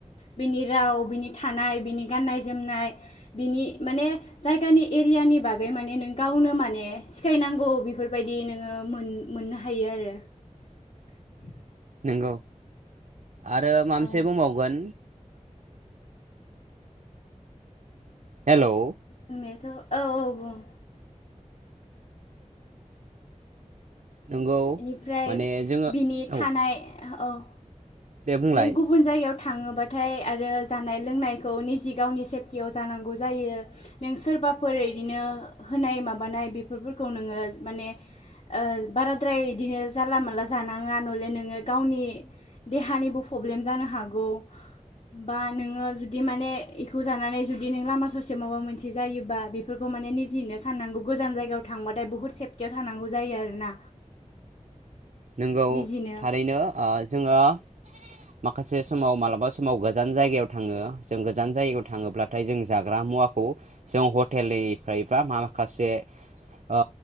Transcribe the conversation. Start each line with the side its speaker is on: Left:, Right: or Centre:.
Left: बिनि राव बिनि थानाय बिनि गाननाय जोमनाय बिनि माने जायगानि एरियानि बागै माने नों गावनो माने सिखायनांगौ बेफोरबायदि नोङो मोन मोननो हायो आरो <inaudible>
Right: नोंगौ आरो माबा मोनसे
Left: औ
Right: बुंबावगोन हेलौ
Left: बुंनायाथ' औ औ बुं
Right: नोंगौ
Left: इनिफ्राय
Right: माने जोङो
Left: बिनि
Right: औ
Left: थानाय ओहो औ
Right: दे बुंलाय
Left: नों गुबुन जायगायाव थांङोबाथाय आरो जानाय लोंनायखौ निजे गावनि सेफटियाव जानांगौ जायो नों सोरबाफोर इदिनो होनाय माबानाय बेफोरफोरखौ नोङो माने ओ बाराद्राय इदिनो जानला मानला जानाङा नहले नोङो गावनि देहानि बो प्रब्लेम जानो हागौ बा नोङो जुदि माने एखौ जानानै जुदि नों लामा ससेयाव माबा मोनसे जायोबा बेफोरखौ माने निजेहैनो साननांगौ गोजान जायगायाव थांबाथाय बुहुत सेफटियाव थानांगौ जायो आरोना
Right: नंगौ
Left: निजिनो
Right: थारैनो ओ जोङो माखासे समाव मालाबा समाव गोजान जायगायाव थाङो जों गोज गोजान जायगायाव थाङोब्लाथाय जों जाग्रा मुवाखौ जों हटेलनिफ्रायबा माखासे ओ